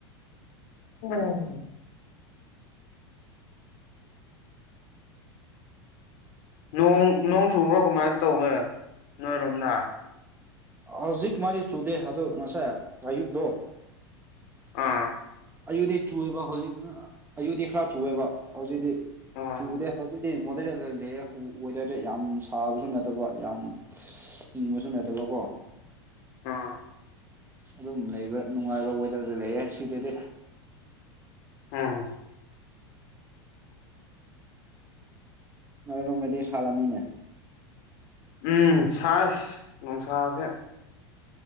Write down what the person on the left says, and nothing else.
ꯑꯣ ꯅꯣꯡ -ꯅꯣꯡ ꯆꯨꯕ꯭ꯔꯣ ꯀꯃꯥꯏꯅ ꯇꯧꯋꯦ ꯅꯣꯏꯔꯣꯝꯗ
ꯑꯥ
ꯑꯣ
ꯑꯥ
ꯎꯝ
ꯎꯝ ꯁꯥꯏ ꯅꯨꯡꯁꯥꯁ‌ꯦ